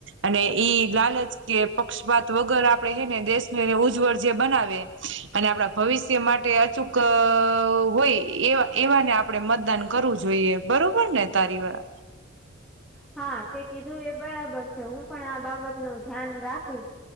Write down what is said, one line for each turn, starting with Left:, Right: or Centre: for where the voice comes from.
Right: અને ઈ લાલચ. કે પક્ષપાત વગર આપડે હે ને દેશ એને ઉજ્જ વરજીય બનાવે. અને આપડા ભવિષ્ય માટે અચૂક હોય એ એવાને આપ આપડે મતદાન કરવું જોઈએ બરોબર ને તારી વા
Centre: હા તે કીધું એ બરાબર છે, હું પણ આ બાબત નું ધ્યાન રાખીશ.